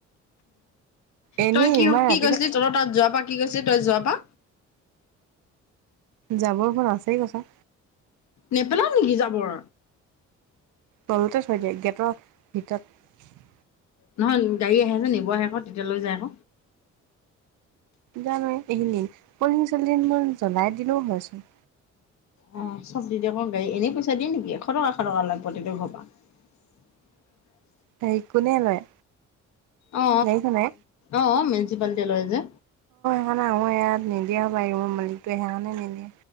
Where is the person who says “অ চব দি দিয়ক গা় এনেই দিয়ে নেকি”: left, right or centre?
Left